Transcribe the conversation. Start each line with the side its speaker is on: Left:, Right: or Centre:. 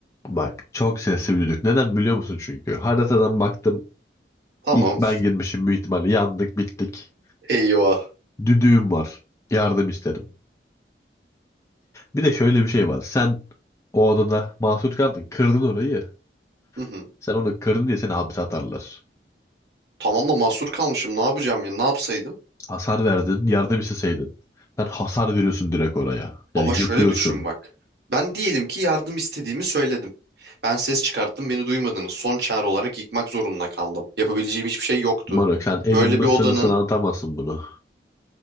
Left: Bak çok sesli bir düdük. Neden biliyor musun çünkü? Haritadan baktım
Right: Tamam.
Left: ilk ben girmişim büyük ihtimalle yandık bittik.
Right: Eyvah.
Left: Düdüğüm var. Yardım isterim. Bir de şöyle bir şey var. Sen o odada mahsur kaldın. Kırdın orayı.
Right: Hı hı.
Left: Sen onu kırdın diye seni hapse atarlar.
Right: Tamam da mahsur kalmışım. Ne yapacağım ya? Ne yapsaydım?
Left: Hasar verdin. Yardım isteseydin. Sen hasar veriyorsun direkt oraya. Yani
Right: Ama
Left: yıkıyorsun.
Right: şöyle düşün bak. Ben diyelim ki yardım istediğimi söyledim. Ben ses çıkarttım, beni duymadınız. Son çare olarak yıkmak zorunda kaldım. Yapabileceğim hiçbir şey yoktu.
Left: Moruk sen elin
Right: Böyle
Left: Mısırlısını
Right: bir odanın,
Left: anlatamazsın bunu.